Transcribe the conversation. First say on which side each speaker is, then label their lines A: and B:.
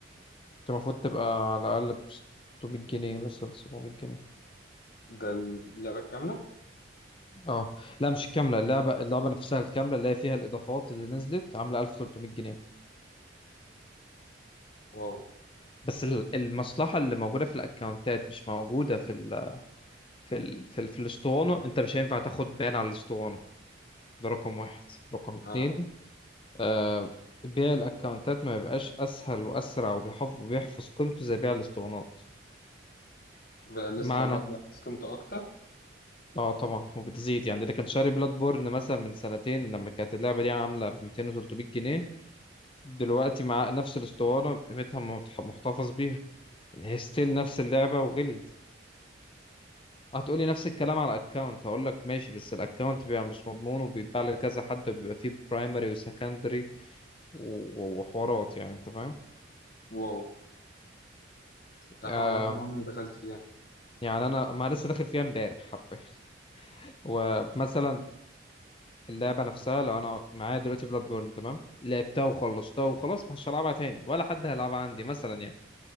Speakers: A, on the left (about 25°); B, on the left (about 50°).
A: انت المفروض تبقى على الأقل ب 600 جنيه مثلا 700 جنيه
B: ده اللعبة الكاملة
A: اه لا مش الكاملة اللعبة اللعبة نفسها الكاملة اللي هي فيها الإضافات اللي نزلت عاملة 1300 جنيه
B: واو
A: بس ال- المصلحة اللي موجودة في الأكونتات مش موجودة في ال في ال في, ال في الأسطوانة أنت مش هينفع تاخد بان على الأسطوانة ده رقم واحد رقم اتنين
B: اه
A: آه بيع الأكونتات ما يبقاش أسهل وأسرع وبيحف- وبيحفظ قيمته زي بيع الأسطوانات
B: ده لسه
A: معنى
B: انا اقدر احفظ قيمته اكتر
A: اه طبعا وبتزيد يعني اللي كان شاري بلاد بورن مثلا من سنتين لما كانت اللعبه دي عامله ب 200 و 300 جنيه دلوقتي مع نفس الاسطوانه قيمتها متح- محتفظ بيها ان هي ستيل نفس اللعبه وغليت هتقولي نفس الكلام على الاكونت هقول لك ماشي بس الاكونت بيبقى مش مضمون وبيتباع لكذا حد وبيبقى فيه برايمري وسكندري و- وحوارات يعني انت فاهم
B: واو ده
A: آه
B: حوارات دي عمري ما دخلت فيها
A: يعني انا ما أنا لسه داخل فيها امبارح حرفيا ومثلا اللعبة نفسها لو أنا معايا دلوقتي بلاد بورن تمام لعبتها وخلصتها وخلاص مش هلعبها تاني ولا حد هيلعبها عندي مثلا يعني